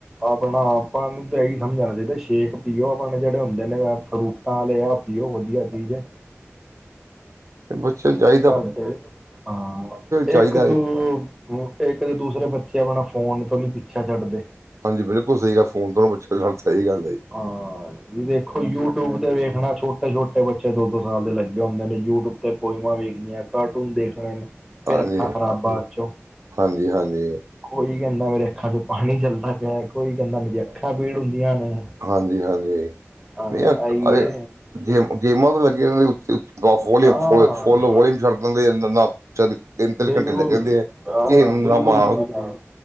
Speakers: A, in the centre; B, on the right.
A: ਆਪਣਾ ਆਪਾਂ ਨੂੰ ਤਾਂ ਏਈ ਸਮਝਾਣਾ ਚਾਈਦਾ, ਸ਼ੇਕ ਪੀਓ ਆਪਣੇ ਜੜੇ ਹੁੰਦੇ ਨੇ ਫਰੂਟਾਂ ਆਲੇ ਆ। ਪੀਓ ਵਧੀਆ ਚੀਜ਼ ਏ।
B: ਬੱਚੇ ਨੂੰ ਚਾਈ-
A: <unintelligible> ਹਾਂ
B: ਚਾਹੀਦਾ
A: ਇੱਕ ਦੋ- ਹ ਇੱਕ ਤੇ ਦੂਸਰੇ ਬੱਚੇ ਆਪਣਾ ਫੋਨ ਤੋਂ ਨੀ ਪਿੱਛਾ ਛੱਡਦੇ।
B: ਹਾਂਜੀ ਬਿਲਕੁਲ ਸਈ ਆ ਫੋਨ <unintelligible> ਸਈ ਗੱਲ ਏ।
A: ਆ ਵੀ ਦੇਖੋ ਯੂਟਿਊਬ ਤੇ ਵੇਖਣਾ ਛੋਟ- ਛਟੇ ਛੋਟੇ ਬੱਚੇ ਦੋ- ਦੋ ਸਾਲ ਦੇ ਲੱਗੇ ਹੁੰਦੇ ਨੇ। ਯੂਟਿਊਬ ਤੇ ਪੋਇਮਾਂ ਵੇਖਣੀਆਂ, ਕਾਰਟੂਨ ਦੇਖਣੇ ਨੇ। ਫੇਰ
B: ਹਾਂਜੀ,
A: ਅੱਖਾਂ ਖ਼ਰਾਬ ਬਾਦ 'ਚੋਂ।
B: ਹਾਂਜੀ-ਹਾਂਜੀ,
A: ਕੋਈ ਕੈਂਦਾ ਮੇਰੇ ਅੱਖਾਂ 'ਚੋਂ ਪਾਣੀ ਚੱਲਦਾ ਪਿਆ, ਕੋਈ ਕੈਂਦਾ ਮੇਰੀਆਂ ਅੱਖਾਂ ਪੀੜ ਹੁੰਦੀਆਂ ਨੇ।
B: ਹਾਂਜੀ ਹਾਂ- <unintelligible>
A: ਹਾਂ ਆਈਏ ਹਾਂ
B: ਫੁਲ ਵੋਲੀਅਮ ਸੱਡ ਦਿੰਦੇ ਨ ਨਾ- ਚਰ ਤਿੰਨ- ਤਿੰਨ
A: ਬਿਲਕੁਲ
B: ਘੰਟੇ ਲੱਗ ਰੈਂਦੇ ਆ।
A: ਹਾਂ
B: <unintelligible>
A: ਬਿਲਕੁਲ
B: ਨਾ ਮਾਂ
A: ਜੀ ਬਿਲਕੁਲ।